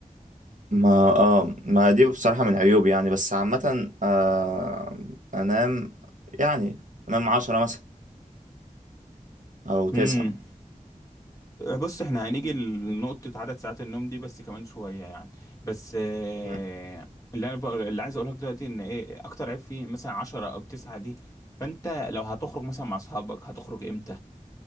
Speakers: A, on the right; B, on the left.
A: ما اه ما دي بصراحة من عيوبي يعني بس عامة آه انام يعني انام عشرة مثلا او تسعة
B: مم. بص احنا هنيجي لنقطة عدد ساعات النوم دي بس كمان شوية يعني بس آه،
A: مم.
B: اللي انا بقول- اللي عايز اقوله لك دلوقتي ان ايه اكتر عيب فيه مثلا عشرة او تسعة دي فانت لو هتخرج مثلا مع اصحابك هتخرج امتى